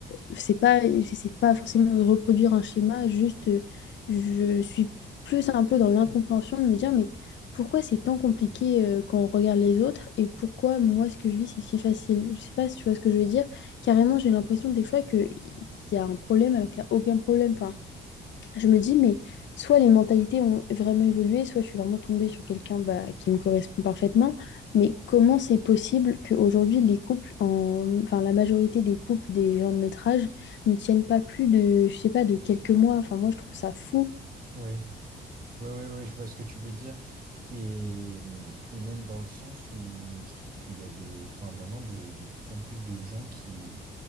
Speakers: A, on the left; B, on the right.
A: c'est pas, j'essaie pas forcément de reproduire un schéma, juste, euh, je suis plus un peu dans l'incompréhension de me dire, mais pourquoi c'est tant compliqué euh, quand on regarde les autres et pourquoi moi, ce que je vis, c'est si facile? Je sais pas si tu vois ce que je veux dire. Carrément, j'ai l'impression des fois qu'il y a un problème alors qu'il n'y a aucun problème. Enfin, je me dis, mais soit les mentalités ont vraiment évolué, soit je suis vraiment tombée sur quelqu'un bah, qui me correspond parfaitement. Mais comment c'est possible qu'aujourd'hui, les couples, en... enfin, la majorité des couples des gens de notre âge ne tiennent pas plus de, je sais pas, de quelques mois. Enfin, moi, je trouve ça fou.
B: Ouais. Ouais, ouais, ouais, je vois ce que tu veux dire. Et, hum, et même dans le sens où je trouve qu'il y a de, enfin, maintenant de, de plus en plus de gens qui,